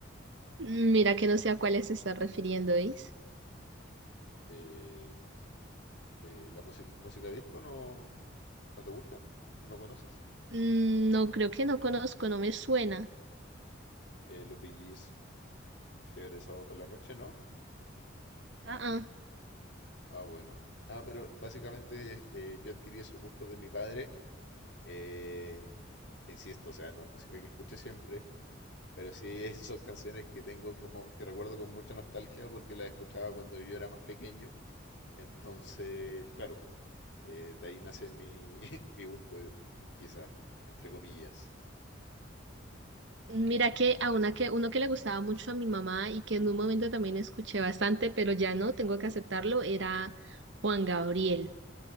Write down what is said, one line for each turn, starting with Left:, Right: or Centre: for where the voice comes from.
Right: Mm, Mira que no sé a cuáles se está refiriendo, ¿eh?
Left: Eh, de la música, música disco no, ¿no te gusta? ¿O no conoces?
Right: Mm, No, creo que no conozco, no me suena.
Left: Eh, los VGs. Fiebre de sábado por la noche, ¿no?
Right: Ah, ah.
Left: Ah, bueno. Ah, pero básicamente eh, yo adquirí esos gustos de mi padre. eh, te insisto, o sea, no es música que escuche siempre, pero sí <laughs> son canciones que tengo como, que recuerdo con mucha nostalgia porque las escuchaba cuando yo era más pequeño. Entonces, claro, eh, de ahí nace mi, <laughs> mi gusto, eh, quizá, entre comillas.
Right: Mira que a una que, uno que le gustaba mucho a mi mamá y que en un momento también escuché bastante, pero ya no, tengo que aceptarlo, era Juan Gabriel.